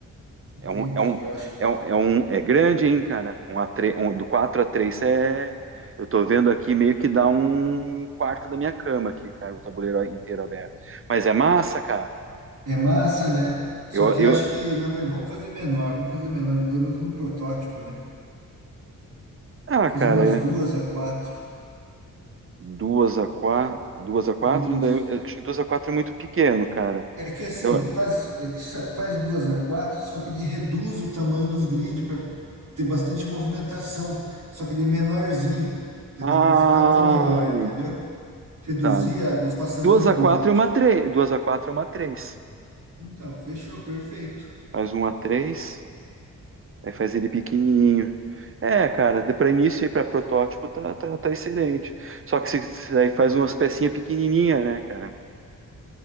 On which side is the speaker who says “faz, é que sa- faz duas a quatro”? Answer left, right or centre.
Right